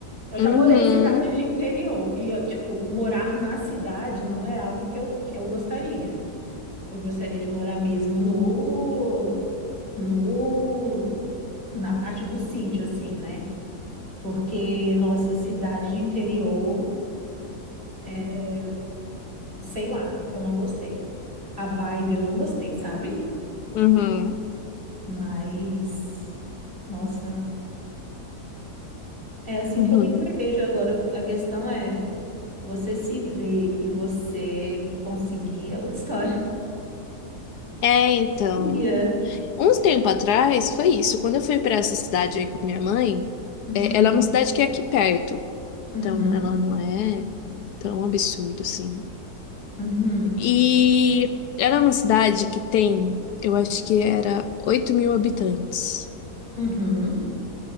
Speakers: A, on the right; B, on the left.
A: Eu
B: Uhum,
A: já morei em cidade de interior e, eu, tipo, morar na cidade não é algo que eu, que eu gostaria. Eu gostaria de morar mesmo no, no, na parte do sítio, assim, né? Porque, nossa, cidade de interior, é, sei lá, eu não gostei. A vibe eu não gostei, sabe?
B: uhum,
A: Mas, nossa, é assim
B: uhum.
A: que eu me vejo. Agora, a questão é, você se vê e você conseguir é outra <laughs> história.
B: É, então,
A: Ia.
B: uns tempo atrás foi isso. Quando eu fui para essa cidade aí com minha mãe,
A: Uhum,
B: é, ela é uma cidade que é aqui perto,
A: uhum,
B: então ela não é tão absurdo assim.
A: uhum,
B: E era uma cidade que tem, eu acho que era 8 mil habitantes.
A: uhum,